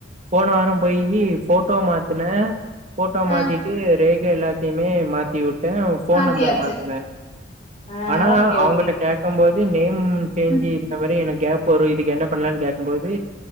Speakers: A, on the right; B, on the left.
A: போன வாரோ பொய்யி ஃபோட்டோ மாத்தின ஃபோட்டோ
B: ஆ
A: மாத்திட்டு ரேகை எல்லாத்திமே மாத் தி உட்டு ஃபோன்
B: மாத்தியாச்சு
A: நம்பர மாத்துன
B: ஆ
A: ஆனா
B: ஓகே
A: அவங்கட்ட
B: ஓகே
A: கக்கும் போது நேம் ம் சேஞ்சு
B: ம்
A: இந்த மாரி எனக்கு கேப் வரு இதுக்கு என்ன பண்லான் கேக்கும்போது